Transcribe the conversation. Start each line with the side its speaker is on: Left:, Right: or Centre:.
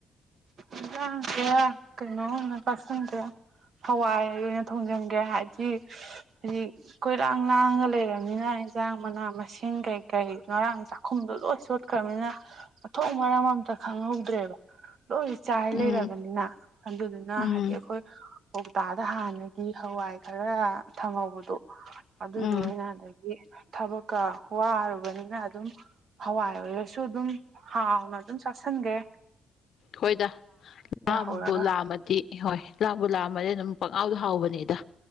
Right: ꯏꯟꯖꯥꯡꯖꯦ ꯀꯩꯅꯣ ꯑꯣꯏꯅ ꯄꯁꯟꯒꯦ ꯍꯋꯥꯏ ꯑꯣꯏꯅ ꯊꯣꯡꯖꯤꯟꯒ꯭ꯔꯦ ꯍꯥꯏꯗꯤ ꯍꯧꯖꯤꯛ ꯀꯣꯏꯔꯥꯡ ꯂꯥꯡꯉꯒ ꯂꯩꯔꯕꯅꯤꯅ ꯏꯟꯖꯥꯡ ꯃꯅꯥ ꯃꯁꯤꯡ ꯀꯩꯀꯩ ꯉꯔꯥꯡ ꯆꯥꯛꯈꯨꯝꯗ ꯂꯣꯏ ꯆꯣꯠ ꯈ꯭ꯔꯝꯅꯤꯅ ꯃꯊꯣꯡ ꯃꯔꯝ ꯑꯝꯇ ꯈꯪꯍꯧꯗ꯭ꯔꯦꯕ ꯂꯣꯏ ꯆꯥꯏ
Left: ꯎꯝ
Right: ꯂꯩꯔꯕꯅꯤꯅ ꯑꯗꯨꯗꯨꯅ
Left: ꯎꯝ
Right: ꯍꯥꯏꯗꯤ ꯑꯩꯈꯣꯏ ꯍꯞꯇꯥꯗ ꯍꯥꯟꯅꯒꯤ ꯍꯋꯥꯏ ꯈꯔ ꯊꯪꯍꯧꯕꯗꯣ ꯑꯗꯨꯗꯣ
Left: ꯎꯝ
Right: ꯑꯣꯏꯅ ꯊꯕꯛꯀ ꯋꯥꯔꯨꯕꯅꯤꯅ ꯑꯗꯨꯝ ꯍꯋꯥꯏ ꯑꯣꯏꯔꯁꯨ ꯑꯗꯨꯝ ꯍꯥꯎꯅ ꯑꯗꯨꯝ ꯆꯥꯥꯁꯟꯒ꯭ꯔꯦ
Left: ꯍꯣꯏꯗ ꯂꯥꯝꯕꯨ
Right: ꯍꯧꯔꯒ
Left: ꯂꯥꯝꯃꯗꯤ ꯍꯣꯏ ꯂꯥꯝꯕꯨ ꯂꯥꯛꯑꯝꯃꯅꯤ ꯑꯗꯨꯝ ꯄꯛꯍꯥꯎꯗ ꯍꯥꯎꯕꯅꯤꯗ